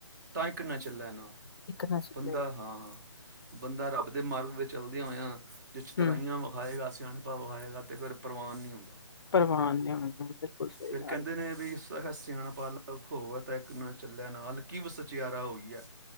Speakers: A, on the right; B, on the left.
A: ਤ ਇ ਇੱਕ ਨਾ ਚੱਲੈ ਨਾਲ।
B: ਇੱਕ ਨਾ ਚੁੱਲੇ
A: ਬੰਦਾ ਹਾਂ, ਹਾਂ ਬੰਦਾ ਰੱਬ ਦੇ ਮਾਰਗ ਵਿੱਚ ਚਲਦੀਆਂ ਹੋਆਂ ਜਿ 'ਚ ਤਰਾਈਆਂ
B: ਹੂੰ,
A: ਵਖਾਏਗਾਸ ਸਿਆਣਪਾ ਵਖਾਏਗਾ, ਤੇ ਫਿਰ ਪ੍ਰਵਾਨ ਨਹੀਂ ਹੁੰਦਾ
B: ਪਰਵਾਨ ਨਹੀਂ ਹੋਂਦ ਬਿਲਕੁਲ ਸਹੀ
A: ਫਿਰ
B: ਗੱਲ
A: ਕਹਿੰਦੇ ਨੇ
B: ਐ।
A: ਵੀ ਸਹ <unintelligible> ਹੋਵੈ ਤਾਂ ਏਕ ਨਾ ਚੱਲੈ ਨਾਲ ਕਿਵ ਸਚੇਆਰਾ ਹੋ ਹੋਈਐ